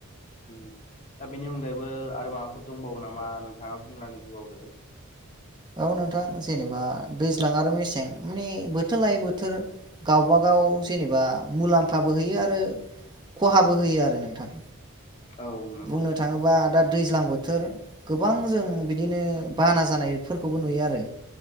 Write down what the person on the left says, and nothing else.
उम दा बेनि अनगायैबो आरो माबाफोर दंबावो नामा नोंथाङा बुंनानै होबावदो।
औ नंगौ